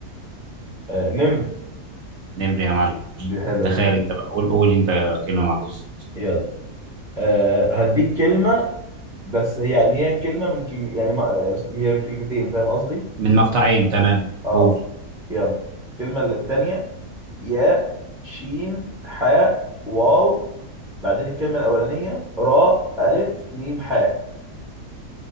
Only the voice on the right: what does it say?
نمر يا معلم
تخيل
أنت بقى قول قول أنت كلمة معكوسة
من مقطعين تمام
قول